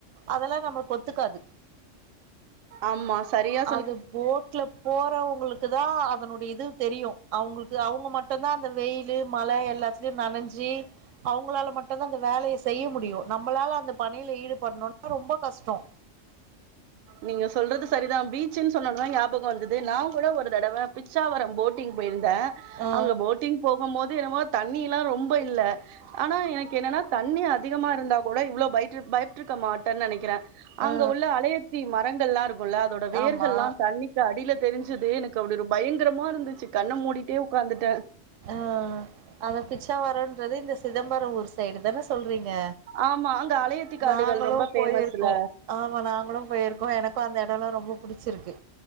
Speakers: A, on the right; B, on the right.
A: அதெல்லா நமக் ஒத்துக்காது
B: ஆமா செரியா
A: அது போட்ல போறவங்களுக் க்கு தா அதனுடைய இது தெரியு அவுங்குளுக்கு அவுங்க மட்டுதா அந்த வெயிலு மழ எல்லாத்தலயு நெனஞ்சு அவுங்களால மட்டுந்தா அந்த வேலய செய்ய முடியு நம்மளால அந்த பணியில ஈடுபடணுனா ரொம்ப கஷ்டோ
B: நீங்க சொல்றது செரிதா பீச்சுன் சொன்னவுடனே ஞாபக வந்தது நா கூட ஒரு தடவ பிச்சாவரம் போட் டிங் போயிருந்தே
A: ஆ
B: அங்க போட்டிங் போகும் போது என்னமோ தண்ணில்லா ரொம்ப இல்ல ஆனா எனக்கு என்னன்னா தண்ணி அ அதிகமா இருந்தா கூட இவ்வளவு பயட்ருக் பயப்ட்ருக்க மாட்டேன் நெனைக்கிறே
A: ஆ
B: அங்க உள்ள அலைய த்தி மரங்கள்ல்லா இருக்குல்ல அதோட வேர்கள்ல்லா
A: ஆமா
B: தண்ணி அடியில தெரிஞ்சுது எனக்கு அப்டி ஒரு பயங்கரமா இருந்துச்சு கண்ண மூடிட்டே உட்காந்துட்ட
A: ஆ அந்த பிச்சவரோன்றது இந்த சிதம்பர ஊர் சைடு தான சொல்றீங்க
B: ஆமா அங்க அலையத்தி காடுகள்
A: நாங்களு
B: ரொம்ப பேமஸ்ல
A: போயிருக்கோ ஆமா நாங்களு போயிருக்கோ எனக்கு அந்த எடோல்லா ரொம்ப புடிச்சிருக்கு